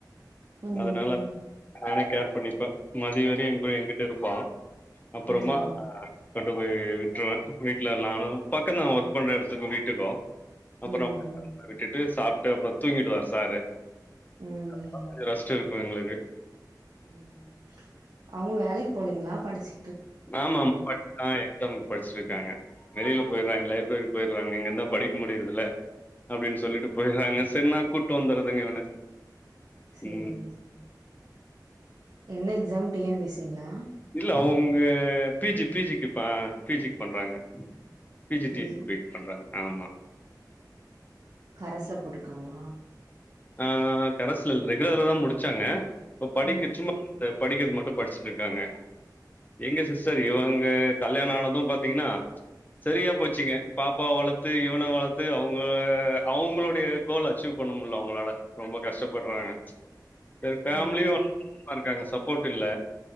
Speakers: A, on the right (about 55°); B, on the left (about 25°).
A: ம்
B: அதனால நானே கேர் பண்ணிப்பே மதிய வரி என் கூட என்கிட்ட இருப்பா அப்பறமா
A: ம் ம்
B: கொண்டு போய் விட்ருவ வீட்ல நானு பக்கந்தா ஒர்க் பண்ற இடத்துக்கு வீட்டுக்கு அப்புறோ
A: ம் ம்
B: <inaudible> விட்டுட்டு சாப்ட்டு அப்புற தூங்கிடுவார் சாரு
A: ம்
B: அப்பதா கொஞ்ச ரெஷ்ட்டு இருக்கு எங்ளுக்கு
A: ம் அவங்க வேலைக் போலீங்ளா படிச்சு
B: ஆமாமா பட்டாய் டம் படிச்சிட்ருக்காங்க வெளில போயிட்றாங்க லைப்ரரி போய்ட்றாங்க இங்க இருந்தா படிக்க முடிர்தில்ல அப்டின்னஸ சொல்லிட்டு போய்றாங்க சேர்ன்னா கூட்டு வந்துறதுங்க இவன
A: செரிங்க
B: ம்
A: செரிங்க என்ன எக்ஸாம் டி என் பி சிங்ளா
B: இல்ல அவுங்க பிஜி பிஜிக்கு ப பி ஜிக் பண்றாங்க பிஜி
A: பி
B: டீ
A: ஜி
B: பண்றாங்க ஆமா
A: கரஸ்ல போட்ருக்காங்ளா
B: ஆ கரஸ்ல இல்ல ரெகுலரா தா முடிச்சாங்க இப்ப படிக்க
A: ம்
B: சும்மா படிக்கிறது மட்டு படிச்சுட்டுருக்காங்க எங்க சிஸ்டர் இவங்க கல்யாண ஆனது பாத்தீங்கனா செரியா போச்சுங்க பாப்பாவ வளர்த்து இவன வளர்த்து அவுங்க அவுங்ளுடைய கோல் அச்சீவ் பண்ண முடில அவு ங்களால ரொம்ப கஷ்டப்படுறாங்க சேரி பெமிலியு
A: ம்
B: வந்து உக்காந்துருக்காங்க சப்போர்ட் இல்ல